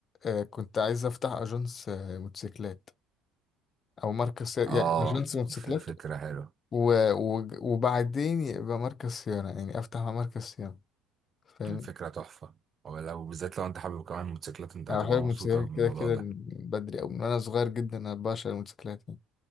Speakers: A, on the left; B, on the right.
A: آه، كنت عايز افتح اجنس آه، موتوسيكلات او مركز صيانة
B: اه
A: يعني اجنس موتوسيكلات
B: ف... فكره حلوه
A: و... و... وبعدين يبقى مركز صيانة يعني افتح مع مركز صيانة فاهم
B: فكره تحفه ولو بالذات لو انت حابب كمان موتوسيكلات انت
A: انا
B: هتبقى
A: بحب الموتوسيكلات
B: مبسوطه من
A: كده
B: الموضوع
A: كده
B: ده
A: من بدري او من وانا صغير جدا انا بعشق الموتوسيكلات يعني